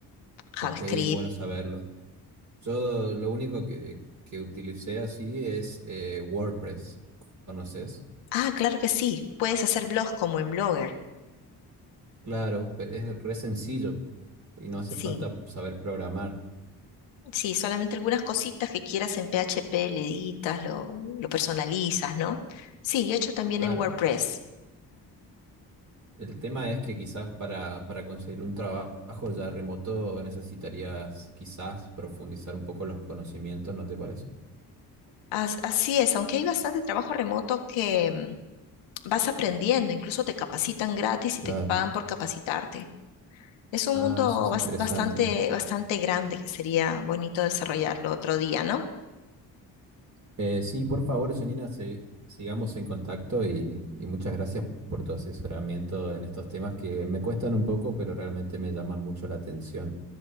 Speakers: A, on the right; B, on the left.
A: Ok,
B: JavaScript.
A: es bueno saberlo. Yo lo único que, que utilicé así es eh, WordPress. ¿Conoces?
B: Ah, claro que sí. Puedes hacer blogs como en Blogger.
A: Claro, pero es re sencillo y no hace
B: Sí,
A: falta saber programar.
B: sí, solamente algunas cositas que quieras en PHP le editas, lo, lo personalizas, ¿no? Sí, yo he hecho también
A: Claro.
B: en WordPress.
A: El tema es que quizás para, para conseguir un trabajo ya remoto necesitarías quizás profundizar un poco los conocimientos, ¿no te parece?
B: As- así es, aunque hay bastante trabajo remoto que... vas aprendiendo, incluso te capacitan gratis y
A: Claro.
B: te pagan por capacitarte. Es un
A: Ah,
B: mundo
A: eso es
B: bas-
A: interesante.
B: bastante, bastante grande que sería bonito desarrollarlo otro día, ¿no?
A: Eh, sí, por favor, Janina, se- sigamos en contacto y, y muchas gracias por tu asesoramiento en estos temas que me cuestan un poco, pero realmente me llaman mucho la atención.